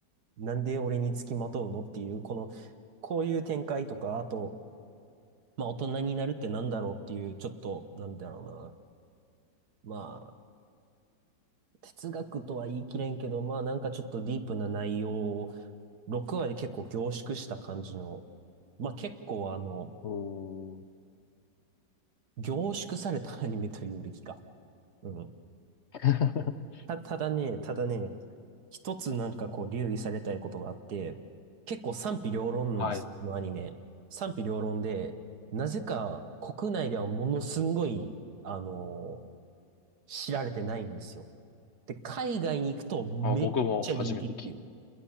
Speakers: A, on the right; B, on the left.
A: なんで俺に付きまとうのっていう、このこういう展開とか、あと、まあ大人になるってなんだろうっていう、ちょっと、なんだろうな。まあ、哲学とは言い切れんけど、まあなんかちょっとディープな内容を6話で結構凝縮した感じの、まあ結構あの、
B: おー。
A: 凝縮されたアニメというべきか。うん。
B: <laughs>
A: た、ただね、ただね、一つなんかこう留意されたいことがあって、結構賛否両論なんですよ、
B: はい。
A: このアニメ。賛否両論で、なぜか国内ではものすんごい、あの知られてないんですよ。で、海外に行くとめっちゃ人気っていう。
B: あ、僕も初めて聞き